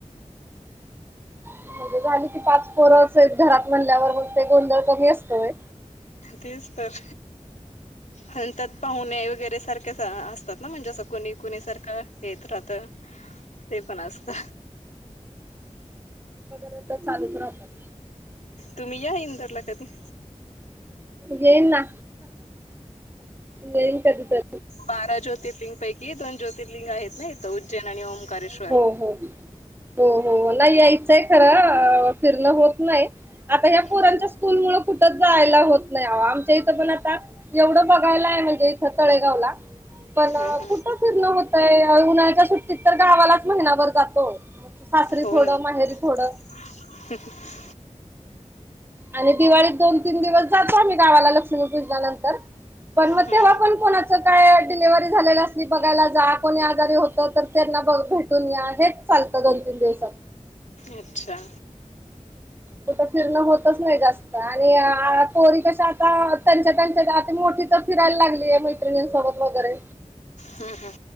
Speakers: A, on the right; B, on the left.
A: म्हणजे झाली की, पाच पोरंच आहेत घरात म्हणल्यावर, मग ते गोंधळ कमी असतोय.
B: तेच तर, आणि त्यात, पाहुणे वगैरे सारखे असतात ना, म्हणजे असं कुणी- कुणी सारखं येत राहत. ते, पण असत.
A: ते तर चालूच राहतात.
B: तुम्ही या, इंदोरला कधी,
A: येईन ना, येईन कधी तर.
B: बारा ज्योतिर्लिंगपैकी, दोन ज्योतर्लिंग आहेत ना इथं, उज्जैन, आणि ओकारेश्वर.
A: हो -हो- हो -हो नाही यायचंय खरं, फिरणं होत नाही. आता, या पोरांच्या
B: हम्म
A: स्कूल मुळ, कुठंच जायला होत नाही. आमच्या इथं पण आता एवढं बघायला आहे, म्हणजे इथं तळेगावला पण
B: हम्म हम्म
A: कुठं फिरणं होतय, उन्हाळच्या सुट्टीत तर गावालाच, महिनाभर जातो. सासरी
B: हो
A: थोडं,
B: ना
A: माहेरी थोडं,
B: <unintelligible>
A: आणि, दिवाळी त दोन, तीन दिवस जातो, आम्ही गावाला पूजनानंतर. पण, म
B: हम्म
A: तेव्हा पण कोणाच काय, डिलिव्हरी झालेलं असली बघायला जा, कोणी आजारी होत, तर त्यांना बघ भेटून या हेच चालतं दोन -तीन दिवसात.
B: अच्छा...
A: कुठं फिरणं होतच नाही जास्त. आणि... पोरी कशा.... आता त्यांच्या- त्यांच्या त्या आणि मोठी तर फिरायला लागलीये मैत्रिणींसोबत वैगैरे...
B: हम.... हम...